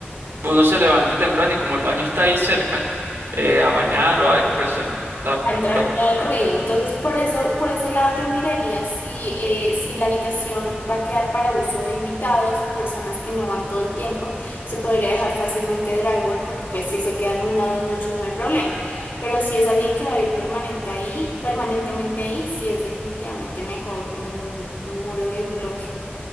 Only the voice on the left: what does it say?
a entrar
todo el ruido. Entonces, por eso, por ese lado yo miraría si, eh, si la habitación va a quedar para uso de invitados, personas que no van todo el tiempo, se podría dejar fácilmente drywall porque pues si se quedan una o dos noches no hay problema. Pero si es alguien que va a ir permanente ahí, permanentemente ahí, sí es definitivamente mejor un, un muro en bloque.